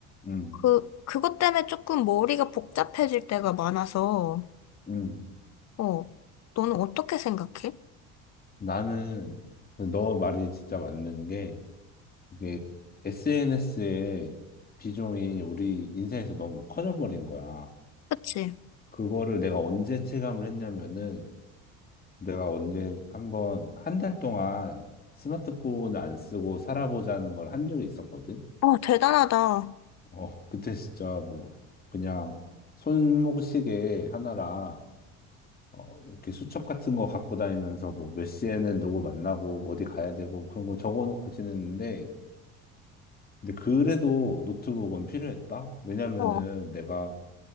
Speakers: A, on the left (about 25°); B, on the left (about 50°).
A: 음,
B: 그, 그것 때문에 조금 머리가 복잡해질 때가 많아서,
A: 음.
B: 어, 너는 어떻게 생각해?
A: 나는 그너 말이 진짜 맞는 게 이게 SNS의 비중이 우리 인생에서 너무 커져버린 거야.
B: 그치?
A: 그거를 내가 언제 체감을 했냐면은 내가 언제 한번 한 달 동안 스마트폰을 안 쓰고 살아보자는 걸 한 적이 있었거든.
B: 어, 대단하다.
A: 어, 그때 진짜 뭐 그냥 손목시계 하나랑 어, 이렇게 수첩 같은 거 갖고 다니면서 뭐 몇 시에는 누구 만나고 어디 가야 되고 그런 거 적어놓고 지냈는데 근데 그래도 노트북은 필요했다? 왜냐면은
B: 어,
A: 내가